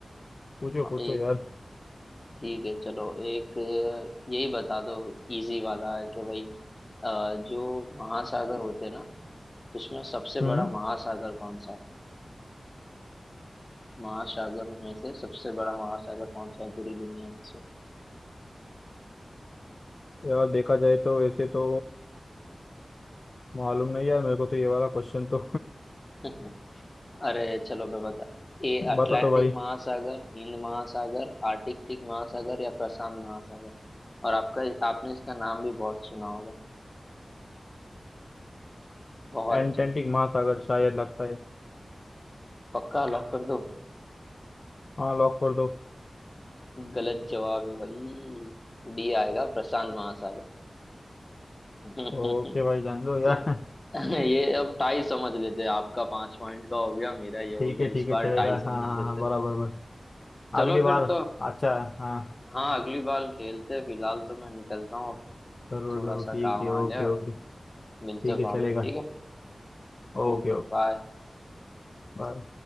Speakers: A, on the left (about 55°); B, on the left (about 35°).
A: पूछो
B: हाँ,
A: पूछो
B: एक
A: यार
B: ठीक है चलो एक अ, यही बता दो इजी वाला है कि भाई अ, जो महासागर होते हैं ना उसमें सबसे बड़ा
A: हम्म
B: महासागर कौन सा है महासागर में से सबसे बड़ा महासागर कौन सा है पूरी दुनिया में से
A: यार देखा जाए तो वैसे तो मालूम नहीं यार मेरे को तो ये वाला क्वेश्चन तो
B: <laughs> अरे चलो मैं बता ए
A: <laughs>
B: अटलांटिक
A: बता तो भाई
B: महासागर हिंद महासागर आर्कटिक महासागर या प्रशांत महासागर और आपका आपने इसका नाम भी बहुत सुना होगा बहुत
A: एटलांटिक महासागर शायद लगता है
B: पक्का लॉक कर दो
A: हाँ लॉक कर दो
B: गलत जवाब है भाई डी आएगा प्रशांत महासागर <laughs>
A: ओके भाई जान दो यार
B: ये
A: <laughs>
B: अब टाई समझ लेते हैं आपका पांच पॉइंट का हो गया मेरा ये हो
A: ठीक
B: गया
A: है ठीक
B: इस बार
A: है चलेगा
B: टाई समझ
A: हाँ हाँ
B: लेते
A: हाँ
B: हैं।
A: बराबर बराबर
B: चलो
A: अगली बार
B: फिर तो
A: अच्छा हाँ
B: हाँ अगली बार खेलते हैं फिलहाल तो मैं निकलता हूँ
A: करो
B: थोड़ा
A: करो
B: सा
A: ठीक
B: काम
A: है ओके
B: आ गया
A: ओके
B: मिलते
A: ठीक
B: हैं
A: है
B: बाद
A: चलेगा
B: में ठीक है
A: Okay
B: Okay
A: okay
B: bye
A: bye